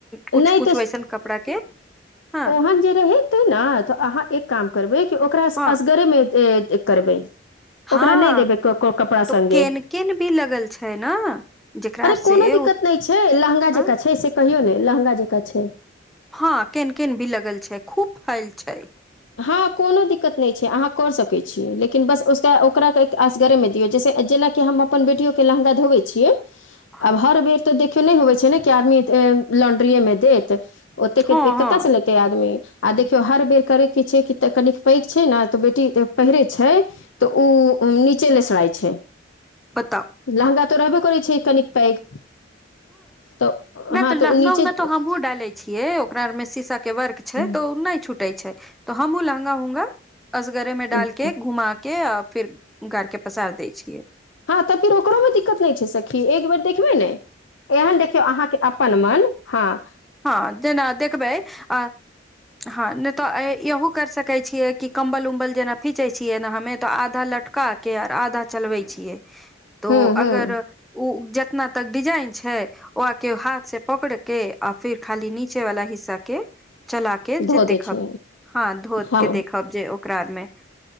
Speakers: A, in the centre; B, on the left.
A: कुछ
B: नहि
A: कुछ वैसन कपड़ा के हाँ
B: आज जे रेहेते ना तऽ अहाँ एक काम करबै कि ओकरा
A: हँ
B: असगरे मे ए - एतै करबै।
A: हाँ
B: ओकरा नहि देबै क- क- कपड़ा
A: तो
B: संगे
A: केन केन भी लगल छैय न। जेकरा
B: अरे
A: से
B: कोनो दिक्कत
A: उ
B: नै छैय लहँंगा
A: हँ
B: जेकाँ छैय से कहियौ ने लहँंगा जेकाँ छैय।
A: हाँ केन केन भी लगल छै खूब फैल छैय।
B: हाँ कोनो दिक्कत नै छै अहाँ करऽ सकै छीये लेकिन बस उसका ओकरा तऽ आसगरे मे दियौ जेसे जेना के हम अपन बेटीयों के लहंगा धोवै छियै
A: <unintelligible>
B: आब हर बेर तऽ देखियौं ने होवे छै ने कि आदमी ए लॉंड्रीए में देत। ओते
A: हँ
B: केतेक
A: हँ
B: कतयसे लेते आदमी आ देखियौं हर बेर करे की छै कितेक कनिक पैघ छैय न तऽ बेटी त पहिरे छैय। तऽ उ नीचे लेसराए छैय।
A: पताप।
B: लहंगा तऽ रहबे करै छै कनिक पैग तऽ
A: ने तऽ लहंगा
B: नीचे
A: उहंगा त हमहहुँ डाले छियै ओकरा ओर में शीशा के वर्क छै
B: हम्म,
A: तऽ उ ने छूटे छैय। त हमु लहंगा उहंगा असगरे में
B: हम्म,
A: डालके घुमा के आ फिर गार के पसार दै छियै।
B: हाँ तऽ फिर ओकरो में दिक्कत ने छै सखी एक बेेर देखबे ने एहन देखियौ अहाँके अ अ पन मन हाँ।
A: हाँ जेना देखबैं आ हाँ ने तऽ इहो कैर सकैत छियै कि कम्बल उम्बल जेना खींचे छियै न हमें तऽ आधा लटक कह के और आधा चलबै छियै। तो
B: हूँ हूँ
A: अगर उ जेतना तक डिजाइन छैय ओ के हाथ से पकड़ के आ फिर खाली नीचे वाला हिस्सा के चला के
B: धो
A: जे
B: दै
A: देखब
B: छै
A: हाँ धोत
B: हँ
A: के देख ब जे ओकरा आरमें